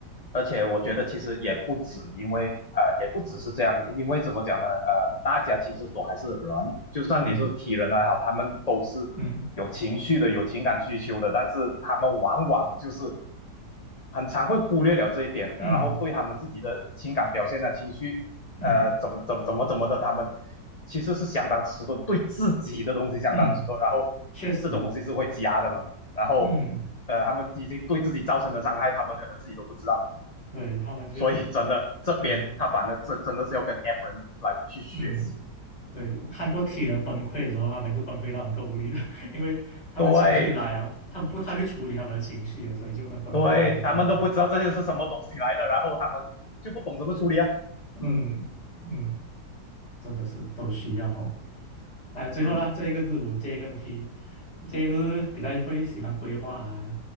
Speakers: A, on the left; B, on the left.
A: 而且我觉得其实也不止，因为呃，也不只是这样，因为怎么讲呢？呃，大家其实都还是人，就算你是体人还好，
B: 嗯
A: 他们都是
B: 嗯
A: 有情绪的、有情感需求的，但是他们往往就是很常会忽略了这一点，
B: 嗯
A: 然后对他们自己的情感表现啊、情绪，
B: 嗯
A: 呃，怎么怎么怎么怎么的，他们其实是相当迟钝，对自己的东西相当迟钝，
B: 嗯，嗯
A: 然后这种东西是会积压的嘛，
B: 确实，
A: 然后呃，
B: 嗯，
A: 他们已经对自己造成的伤害，他们可能自己都不知道。
B: 对他们就
A: 所以真的这边他反正这真的是要跟
B: 嗯。
A: F 人来去学习，
B: 嗯，对，我看过 T 人崩溃的时候，他们也是崩溃到很够力的，<laughs> 因为他们情绪来啊，
A: 对
B: 他们不太会处理他们的情绪，所以就会崩溃到很够力。
A: 对，他们都不知道这些是什么东西来的，然后他们就不懂怎么处理啊，
B: 嗯嗯，
A: 嗯
B: 真的是都需要哦。哎，最后啦，
A: 嗯，
B: 这一个字母 J 跟 p 这些都是比较会喜欢规划啊，